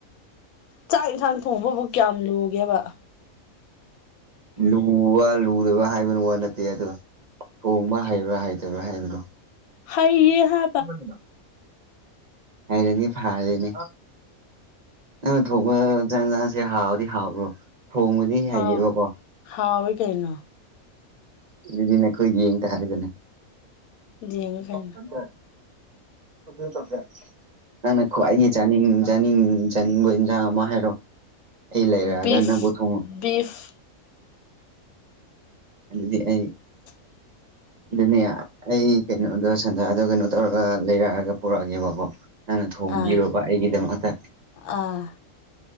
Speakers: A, on the left; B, on the right.
A: ꯆꯥꯛ ꯌꯦꯟꯁꯥꯡ ꯊꯣꯡꯕꯕꯨ ꯀꯌꯥꯝ ꯂꯨꯒꯦꯕ
B: ꯂꯨꯕ ꯂꯨꯗꯕ꯭ꯔꯥ ꯍꯥꯏꯕꯅꯣ ꯋꯥ ꯅꯠꯇꯦ ꯑ ꯊꯣꯡꯕ ꯍꯩꯕ꯭ꯔꯥ ꯍꯩꯇꯕ꯭ꯔꯥ ꯍꯥꯏꯕꯅꯣ
A: ꯍꯩ ꯌꯦ ꯍꯥ
B: ꯀꯗ ꯍꯥꯏꯔꯅꯤ ꯐꯥꯔꯅꯦ ꯅꯪꯅ ꯊꯣꯡꯕ ꯆ ꯆꯁꯦ ꯍꯥꯎꯕꯗꯤ ꯍꯥꯎꯕ꯭ꯔꯣ ꯊꯣꯡꯕꯗꯤ ꯍꯩꯌꯦꯕꯀꯣ
A: ꯍꯥꯎ ꯍꯥꯎ ꯀꯅ
B: ꯑꯗꯨꯗꯤ ꯅꯈꯣꯏ ꯌꯦꯡ ꯇꯔꯗꯨꯅꯦ
A: ꯌꯦꯡꯉꯨ ꯀꯩꯅꯣ
B: ꯃꯦ ꯑꯗꯨ ꯊꯃꯦꯃꯦ ꯅꯪꯅ ꯈ꯭ꯋꯥꯏꯒꯤ ꯆꯥꯅꯤꯡ ꯆꯥꯅꯤꯡ ꯆꯥꯅꯤꯡꯕ ꯏꯟꯁꯥꯡ ꯑꯃ ꯍꯥꯏꯔꯣ ꯏ ꯂꯩ ꯂꯩꯔ
A: ꯕꯤꯐ
B: ꯑꯒ ꯅꯪꯕꯨ ꯊꯣꯉꯨ
A: ꯕꯤꯐ
B: ꯑꯗꯨꯗꯤ ꯑꯩ
A: <unintelligible>
B: ꯑꯗꯨꯅꯦ ꯑꯩ ꯀꯩꯅꯣꯗꯣ ꯁꯟꯗꯗꯣ ꯀꯩꯅꯣ ꯇꯧꯔꯒ ꯂꯩꯔꯛꯑꯒ ꯄꯨꯔꯛꯑꯒꯦꯕꯀꯣ ꯅꯪꯅ ꯊꯣꯡꯕꯤꯔꯨꯕ
A: ꯑꯥ
B: ꯑꯩꯒꯤꯗꯃꯛꯇ
A: ꯑꯥ